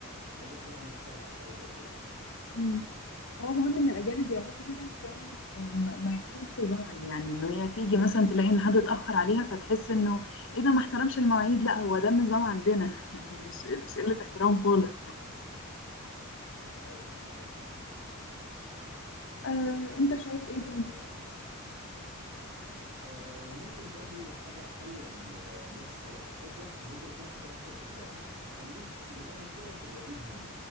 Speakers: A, on the right; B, on the left.
A: فانت تكون عامل حسابك على حاجه زي كده
B: مم. هو مهم ان الاجانب يعرفوا كده عشان آه، ما ما يحصلش زعل يعني انه هي تيجي مثلا تلاقي ان حد اتاخر عليها فتحس انه ايه ده ما احترمش المواعيد لا هو ده النظام عندنا <laughs> يعني مش مش
A: مم.
B: قله احترام خالص
A: اه ايوه ايوه
B: آه، انت شايف ايه
A: آم،
B: تاني
A: آه، ممكن برضو حاجة هتخلي الناس تحبك إن أنت يكون عندك خفة دم خليك من الآخر كده في اللذيذ منه